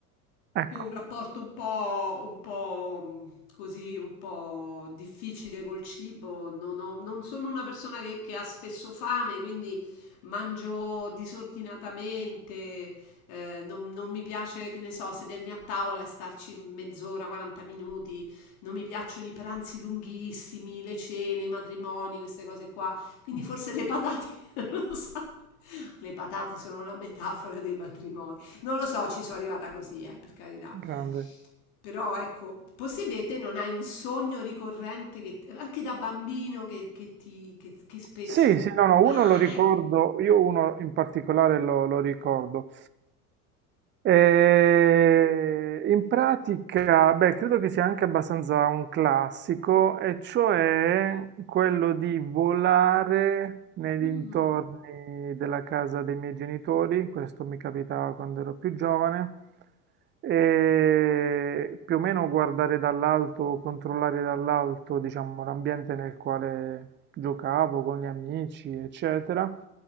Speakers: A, on the right (about 25°); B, on the left (about 55°).
A: Ecco,
B: io ho un rapporto un po', un po' mm, così, un po' difficile col cibo, non ho- non sono una persona che, che ha spesso fame, quindi mangio disordinatamente, eh, non, non mi piace, che ne so, sedermi a tavola e starci mezz'ora, 40 minuti, non mi piacciono i pranzi lunghissimi, le cene, i matrimoni, queste cose qua. Quindi forse le patate, <laughs> non lo so. Le patate sono la metafora dei matrimoni. Non lo so, ci sono arrivata così, eh, per carità.
A: grande.
B: Però ecco, possibile te non hai un sogno ricorrente che, anche da bambino che, che ti che, che spesso.
A: Sì, sì, no, no,
B: Ah,
A: uno lo ricordo,
B: ecco.
A: io uno in particolare lo, lo ricordo. Eh, in pratica, beh, credo che sia anche abbastanza un classico, e cioè quello di volare nei dintorni
B: Mm,
A: della casa dei miei genitori, questo mi capitava quando ero più giovane, e più o meno guardare dall'alto, controllare dall'alto, diciamo, l'ambiente nel quale giocavo con gli amici, eccetera.